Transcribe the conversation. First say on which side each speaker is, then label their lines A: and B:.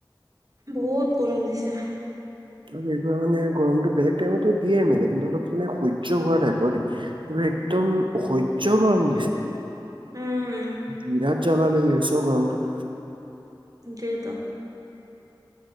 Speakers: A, on the right; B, on the right.
A: বহুত গৰম দিছে।
B: অলপ এইবাৰ মানে গৰমটো বেলেগ টাইমতো দিয়ে মে কিন্তু অলপ মানে সহ্য হোৱা টাইপৰ দেই। মানে একদম অসহ্য গৰম দিছে।
A: উম
B: বিৰাট জালাই আছে অ', গৰমতো।
A: তাকেইতো।